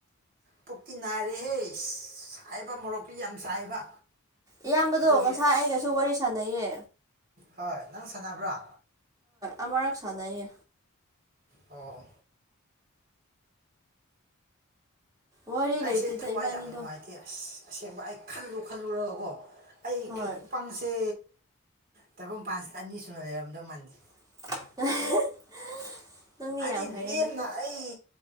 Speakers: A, on the right (about 40°); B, on the right (about 15°).
A: ꯄꯨꯛꯇꯤ ꯅꯥꯔꯦꯍꯦ ꯁꯥꯏꯕ ꯃꯣꯔꯣꯛꯇꯨ ꯌꯥꯝ ꯁꯥꯏꯕ
B: ꯏꯌꯥꯝꯕꯗꯣ
A: ꯑꯗꯨꯒꯤ
B: ꯉꯁꯥꯏ
A: ꯑꯁ
B: ꯑꯩꯒꯁꯨ ꯋꯥꯔꯤ ꯁꯥꯟꯅꯩꯌꯦ
A: ꯍꯣꯏ ꯅꯪ ꯁꯥꯟꯅꯕ꯭ꯔꯥ
B: ꯍꯣꯏ ꯑꯛ ꯁꯥꯟꯅꯌꯦ
A: ꯑꯣ
B: ꯋꯥꯔꯤ
A: ꯑꯩꯁꯦ
B: ꯂꯩꯇꯦꯗ
A: ꯊꯋꯥꯏ
B: ꯏꯕꯥꯅꯤꯗꯣ
A: ꯌꯥꯝ ꯅꯨꯡꯉꯥꯏꯇꯦ ꯑꯁ ꯑꯁꯦꯡꯕ ꯑꯩ ꯈꯜꯂꯨ ꯈꯜꯂꯨꯔꯒꯀꯣ ꯑꯩ
B: ꯍꯣꯏ
A: ꯄꯪꯁꯦ ꯇꯥꯏꯕ ꯃꯄꯥꯟꯁꯤꯗ ꯑꯅꯤ ꯁꯨꯅ ꯂꯩꯔꯝꯗꯧ ꯃꯥꯟꯗꯦ
B: <unintelligible>
A: ꯍꯥꯏꯗꯤ
B: ꯐꯩꯌꯦꯗ
A: ꯂꯦꯝꯅ ꯑꯩ